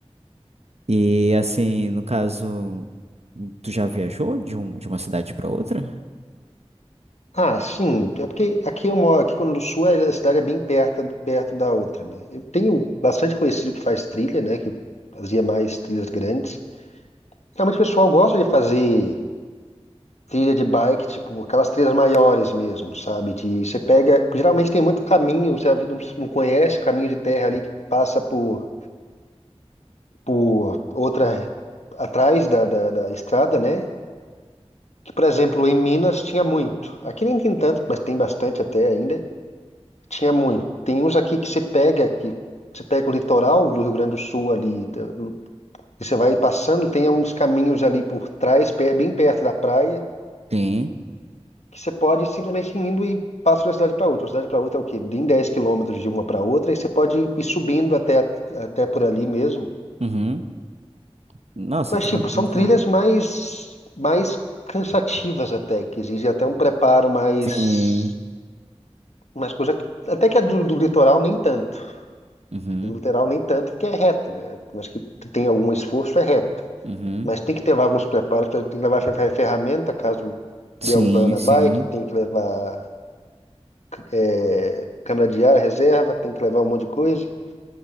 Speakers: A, on the right (about 70°); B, on the left (about 85°).
A: E assim, no caso, tu já viajou de, um, de uma cidade pra outra?
B: Ah, sim. É porque aqui eu moro, aqui quando do Sul é- a cidade é bem perto, perto da outra, né? Eu tenho bastante conhecido que faz trilha, né? Que fazia mais trilhas grandes. Realmente o pessoal gosta de fazer trilha de bike, tipo aquelas trilhas maiores mesmo, sabe? De você pega, geralmente tem muito caminho, você não não conhece o caminho de terra ali que passa por, por outra atrás da, da, da estrada, né? Que, por exemplo, em Minas tinha muito. Aqui nem tem tanto, mas tem bastante até ainda. Tinha muito. Tem uns aqui que você pega, que você pega o litoral do Rio Grande do Sul ali, da- do- e você vai passando, tem uns caminhos ali por trás, pe- bem perto da praia,
A: Sim.
B: que você pode simplesmente ir indo e passa de uma cidade para outra. Uma cidade para outra é o quê? Bem 10 quilômetros de uma para outra, e você pode ir subindo até, até por ali mesmo.
A: Uhum. Nossa,
B: Mas,
A: então,
B: tipo, são
A: então...
B: trilhas mais, mais cansativas até, que exigem até um preparo mais,
A: Sim.
B: mais coisa. que- Até que a do, do litoral nem tanto.
A: Uhum.
B: Do lateral nem tanto, porque é reto, né? Mas que tem algum esforço, é reto.
A: Uhum.
B: Mas tem que ter alguns preparos, por exemplo, tem que levar fer- ferramenta caso
A: Sim,
B: dê algum problema na
A: sim.
B: bike, tem que levar é, câmera de ar, reserva, tem que levar um monte de coisa.